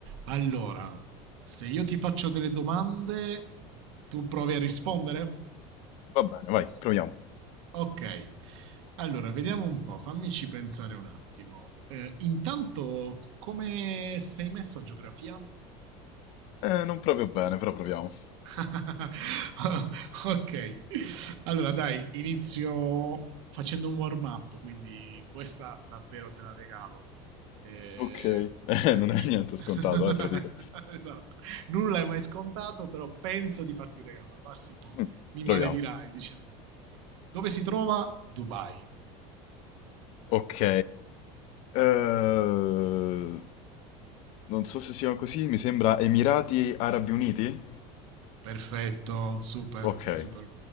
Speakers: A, on the right; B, on the left.
A: Allora, se io ti faccio delle domande, tu provi a rispondere?
B: Va bene, vai, proviamo.
A: Ok. Allora, vediamo un po', fammici pensare un attimo. Eh, intanto, come sei messo a geografia?
B: Eh, non proprio bene, però proviamo.
A: <laughs> ok, allora dai, inizio facendo un warm up, quindi questa davvero te la regalo. Eh,
B: Ok. <laughs> Eh,
A: semplice.
B: non è niente
A: <laughs>
B: scontato, eh, te lo dico.
A: esatto, nulla è mai scontato, però penso di farti un regalo, al massimo
B: Mm,
A: mi maledirai,
B: proviamo.
A: diciamo. Dove si trova? Dubai.
B: Ok. eh, non so se sia così, mi sembra Emirati Arabi Uniti?
A: Perfetto, super,
B: Ok,
A: super.